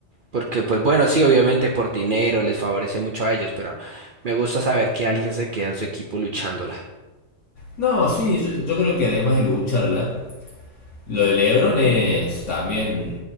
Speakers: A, on the right; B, on the left.
A: Porque pues bueno, sí, obviamente por dinero les favorece mucho a ellos, pero me gusta saber que alguien se queda en su equipo luchándola.
B: No, sí, yo, yo creo que además de lucharla, lo de LeBron es también